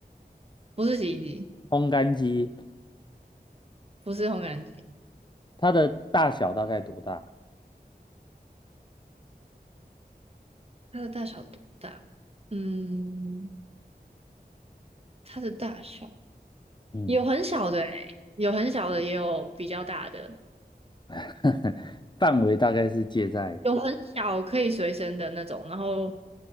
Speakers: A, on the right; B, on the left.
A: 不是洗衣机，
B: 烘干机？
A: 不是烘干机，
B: 它的大小大概多大？
A: 它的大小多大？嗯，它的大小
B: 嗯，
A: 有很小的诶，有很小的，也有比较大的，
B: <laughs> 范围大概是介在
A: 有很小可以随身的那种，然后